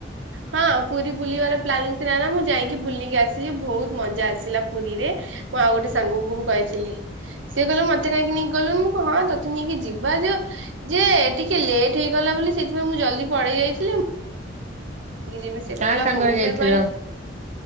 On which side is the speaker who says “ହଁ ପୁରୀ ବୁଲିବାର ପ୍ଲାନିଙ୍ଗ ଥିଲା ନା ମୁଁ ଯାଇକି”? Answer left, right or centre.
Right